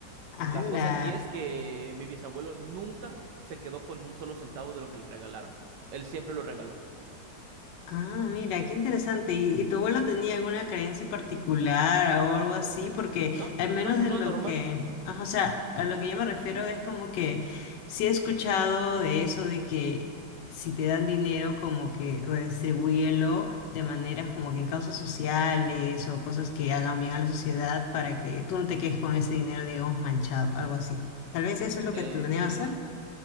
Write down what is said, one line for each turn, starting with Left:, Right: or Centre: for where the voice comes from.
Left: ¡Hala!
Right: La cosa aquí es que mi bisabuelo nunca se quedó con un solo centavo de lo que le regalaron. Él siempre lo regaló.
Left: Ah, mira, qué interesante. ¿Y, y tu abuelo tenía alguna creencia en particular o algo así? Porque
Right: No,
Left: al menos
Right: una
Left: de
Right: persona
Left: lo
Right: normal.
Left: que, ah, o sea, a lo que yo me refiero es como que sí he escuchado de eso de que si te dan dinero como que redistribúyelo de maneras como que en causas sociales o cosas que hagan bien a la sociedad para que tú no te quedes con ese dinero, digamos, manchado, algo así. Tal vez eso es lo
Right: Eh,
Left: que planeaba hacer.